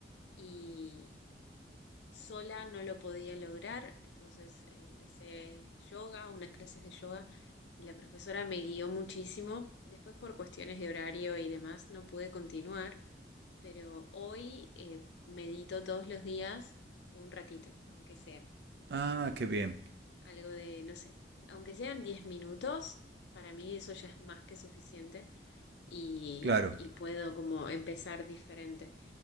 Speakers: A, on the left; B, on the right.
A: Y, Sola no lo podía lograr, entonces eh, empecé yoga, unas clases de yoga, y la profesora me guió muchísimo. Después por cuestiones de horario y demás no pude continuar, pero hoy eh, medito todos los días un ratito, aunque sea
B: Ah, qué bien,
A: algo de, no sé, aunque sean 10 minutos, para mí eso ya es más que suficiente y,
B: claro,
A: y puedo como empezar diferente.